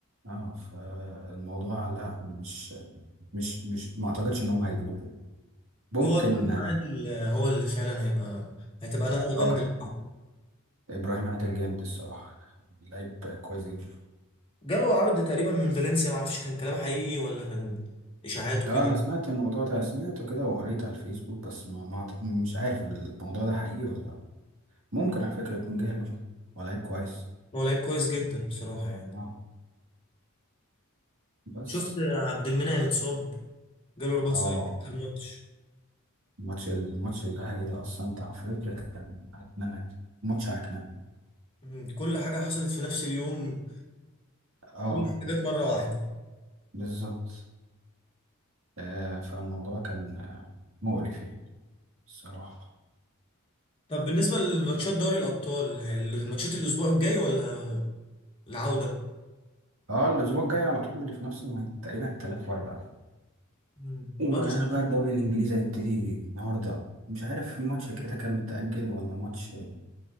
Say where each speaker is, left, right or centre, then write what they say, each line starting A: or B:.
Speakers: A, on the right; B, on the left.
A: اه فالموضوع لا مش مش مش ما اعتقدش ان هم هيجيبوه يعني. ممكن
B: هو ابراهيم
A: آه،
B: عادل آه، هو اللي فعلا هيبقى هتبقى نقلة
A: أبر-
B: جامدة
A: ابراهيم عادل جامد الصراحة لعيب كويس جدا
B: جاله عرض تقريبا من فالنسيا معرفش كان كلام حقيقي ولا كان اشاعات وكده
A: اه انا سمعت الموضوع ده سمعته كده وقريت على الفيسبوك بس ما, ما أعت- مش عارف الموضوع ده حقيقي ولا لا. ممكن على فكرة يكون جاهل ولا لعيب كويس
B: هو لعيب كويس جدا بصراحه يعني
A: اه بس
B: شفت عبد المنعم اتصاب جاله رباط
A: اه
B: صليبي في آخر الماتش
A: ماتش الماتش الاهلي ده اصلا بتاع افريقيا كان هتنمى يعني. ماتش هتنمى
B: مم، كل حاجه حصلت في نفس اليوم
A: اه
B: كل حاجه جت مره واحده
A: بالظبط آه فالموضوع كان آه، مقرف يعني الصراحه
B: طب بالنسبه لماتشات دوري الابطال الماتشات الاسبوع الجاي ولا العوده
A: اه الاسبوع الجاي على طول في نفس الم- تقريبا الثلاث واربع
B: مم،
A: وبقى
B: ماتش
A: الدوري الانجليزي هيبتدي النهارده مش عارف في ماتش كده كان متأجل ولا ماتش